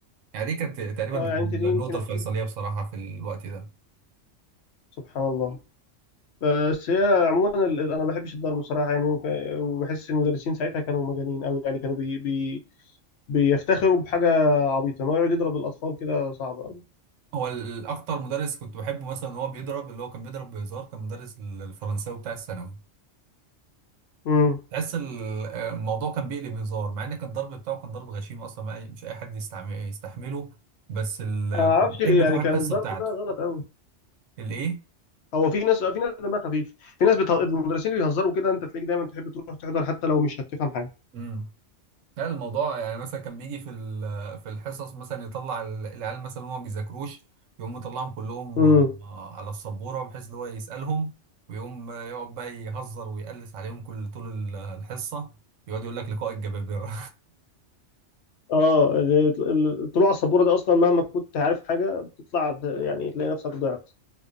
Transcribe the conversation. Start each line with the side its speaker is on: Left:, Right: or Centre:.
Right: يعني دي كانت تقريبا
Left: اه
Right: كانت
Left: يعني
Right: النقطه
Left: انت دي ممكن اعتبرها
Right: الفيصليه بصراحه في الوقت ده
Left: سبحان الله بس هي عموما ال- ال- انا ما بحبش الضرب بصراحه يعني وك- وبحس ان المدرسين ساعتها كانوا مجانين قوي يعني كانوا بي بي بيفتخروا بحاجه عبيطه ان هو يقعد يضرب الاطفال كده صعب قوي
Right: هو الاكتر مدرس كنت بحبه مثلا هو بيضرب اللي هو كان بيضرب بهزار كان مدرس الفرنساوي بتاع الثانوي
Left: امم
Right: تحس ال- الموضوع كان بيقلب هزار مع ان كان الضرب بتاعه كان ضرب غشيم اصلا ما مش اي حد يستعمل يستحمله بس ال...
Left: انا ما اعرفش
Right: كنت بتحب
Left: يعني
Right: تروح الحصه
Left: كان الضرب
Right: بتاعته
Left: ده غلط قوي
Right: الايه
Left: هو في ناس في ناس دمها خفيف في ناس بتهزر المدرسين اللي بيهزروا كده انت تلاقيك دايما تحب تروح تحضر حتى لو مش هتفهم حاجه
Right: امم لا الموضوع يعني مثلا كان بيجي في ال- في الحصص مثلا يطلع ال- العيال مثلا اللي هم ما بيذاكروش يقوم مطلعهم كلهم
Left: امم
Right: آه، على السبوره بحيث ان هو يسالهم ويقوم يقعد بقى يهزر ويقلس عليهم كل طول ال- الحصه يقعد يقول لك لقاء الجبابره
Left: اه ال- ال- الطلوع على السبوره ده اصلا مهما كنت عارف حاجه بتطلع د- يعني تلاقي نفسك ضعت